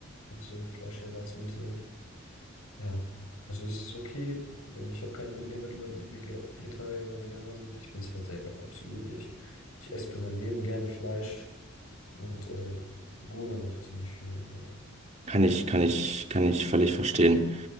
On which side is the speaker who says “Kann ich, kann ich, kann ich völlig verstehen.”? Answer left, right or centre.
Right